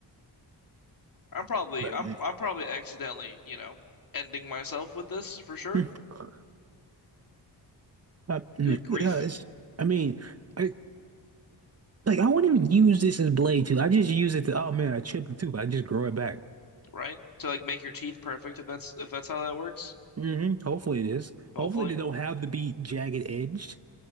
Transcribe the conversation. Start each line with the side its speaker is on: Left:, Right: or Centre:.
Left: I'm probably
Right: But-
Left: I'm I'm probably accidentally, you know, ending myself with this for sure.
Right: <laughs> Uh, yeah,
Left: Good grief,
Right: it's, I mean, I like I wouldn't even use this as blade tooth. I just use it to, oh man, I chipped a tooth. I just grow it back.
Left: right? To like make your teeth perfect if that's if that's how that works.
Right: hmm Hopefully it is.
Left: Hopefully.
Right: Hopefully they don't have to be jagged edged.